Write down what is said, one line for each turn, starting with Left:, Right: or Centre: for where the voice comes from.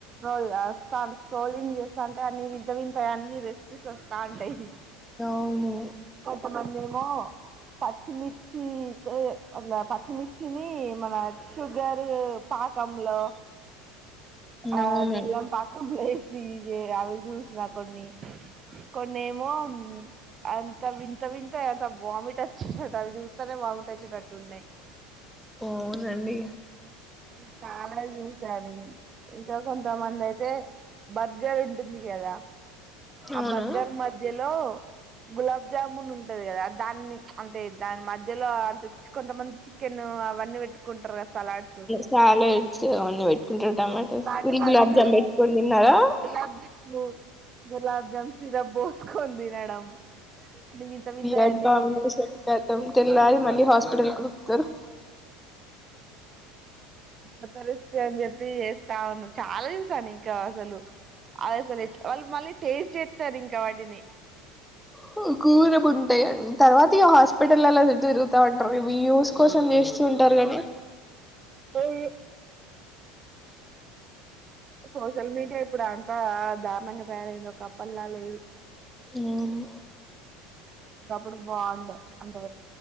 Right: వస్తా స్్రోలింగ్ చేస్తా అంటే అన్ని వి వింతాయి అన్ని రెస్పీస్ వస్తాంటాయి <unintelligible>
Centre: అవును
Right: కొంతమంది ఏమో పచ్చిమిర్చితో అట్లా పచ్చమిర్చిని మన షుగరు పాకంలో అ
Centre: అవును
Right: బెల్లం పాకంలో ఎస్ ఫీజే అవి చూసిన కొన్ని కొన్ని ఏమో అంత వింత వింత అంత వామిట్ వచ్చేటట్ అవి చూస్తానే వమిట్ వచ్చేటట్టు తున్నయ్
Centre: అవునండి
Right: ఇ చాలా చూసాను ఇంకా కొంతమంది అయితే బర్గర్ ఉంటుంది కదా ఆ
Centre: అవును
Right: బర్గర్ మద్ మధ్యలో గులాబ్ జాముూన్ ఉంటది కదా దాన్ని అంటే దాని మధ్యలో అంత కొంతమంది చికెన్ అవన్నీ పెట్టుకుంటారు కదా సలాడ్సు
Centre: చాలా ఎడ్చనవన్ని పెట్టుకుంటారు టమాటో
Right: వాటి
Centre: వ
Right: బదులు
Centre: గులాబ్ జామ్ పెట్టుకొని తిన్నారా
Right: గులాబ్ జాము గులాబ్ జామ్ సిరప్ పోసుకొని తినడం అని వింత వింత
Centre: అడ్
Right: అన్ని చూసాను
Centre: కాతం తెల్లాలి మళ్ళీ హాస్పిటల్ తరు
Right: ఇ తరుస్త అని చెప్పి చేస్తా ఉను చాలా చూసాను ఇంకా అసలు అవి అసలు వాళ్ళు మళ్ళీ టేస్ట్ చేత్తారు ఇంకా వాటిని
Centre: కు కూరం ఉంటాయిన్ తర్వాత ఇగ హాస్పిటలల్ల చుట్టు తిరుగుతా ఉంటారు ఈ వ్యూస్ కోసం చేస్త ఉంటారు ని
Right: అవును ఆ సోషల్ మీడియా ఇప్పుడు అంత దారుణంగా తయారైంది ఒకప్పల్లా లేదు
Centre: మ్మ్
Right: ఒకప్పుడు బాగుండే అంటే